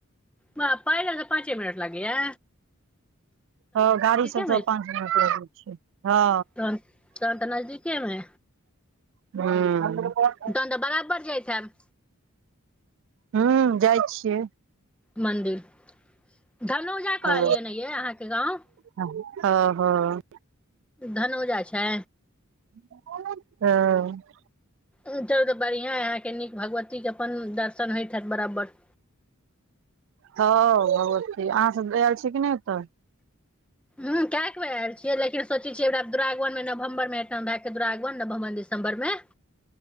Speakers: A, in the centre; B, on the right.
A: बाह पैदल से पाँचे मिनट लागैए।
B: ह गाड़ी सबसँ
A: मे
B: पाच मिनट लागै छै हँ।
A: तहन तहन तऽ नजदीकेमे
B: हूं।
A: तहन तऽ बराबर जाइत हेब
B: हू जाइ छियै।
A: मन्दिर धनौजा
B: हँ
A: कहलियै ने ये अहाँके गाँव
B: हँ हँ।
A: धनौजा छै।
B: हँ।
A: उ तऽ बढ़िआँ अहाँके नीक भगवतीके अपन दर्शन होइत हैत बराबर
B: हँ भगवति अहाँ सब आयल छी कि नहि ऐतऽ
A: उं केक आल छियै लेकिन सोच छियै ओरा दुरागवनमे नवम्बर मे एत भए क दुरागमन नवम्बर दिसम्बर मे।